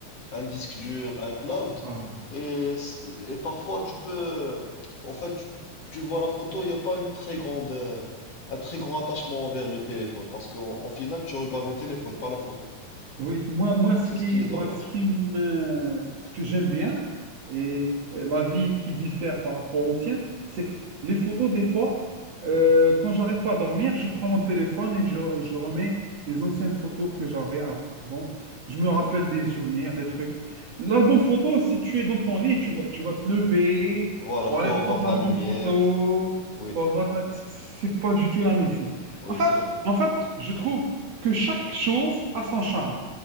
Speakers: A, on the left; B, on the right.
A: un disque dur, un cloud,
B: Ouais.
A: et c- et parfois tu peux, en fait, tu, tu vois la photo, il n'y a pas une très grande, euh, un très grand attachement envers le téléphone, parce qu'en en final, tu regardes le téléphone, pas la photo.
B: Oui, moi, moi,
A: Donc
B: ce
A: c'est
B: qui,
A: ce qui est
B: moi,
A: dommage.
B: ce qui me, ce que j'aime bien et et la vie qui diffère par rapport au tien, c'est que les photos, des fois, euh, quand j'arrive pas à dormir, je prends mon téléphone et je, je remets les anciennes photos que j'avais avant. Je me rappelle
A: Oui,
B: des souvenirs, des trucs. L'album photo, si tu es dans ton lit, tu vas, tu vas te lever
A: voilà,
B: pour
A: faut
B: aller prendre
A: avoir de
B: l'album
A: la lumière.
B: photo.
A: Oui,
B: pour avoir de la- C'est pas du tout la même chose.
A: oui,
B: Enfin,
A: c'est vrai.
B: en fait, je trouve que chaque chose a son charme.